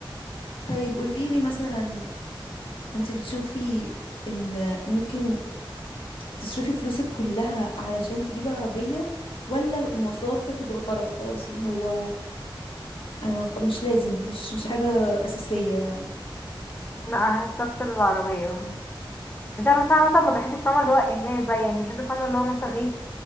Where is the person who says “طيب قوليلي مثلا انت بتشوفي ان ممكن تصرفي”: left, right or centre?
Left